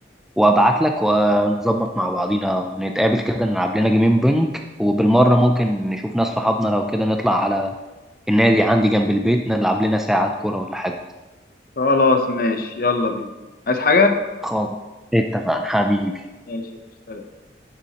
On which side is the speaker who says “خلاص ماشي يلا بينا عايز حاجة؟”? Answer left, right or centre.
Left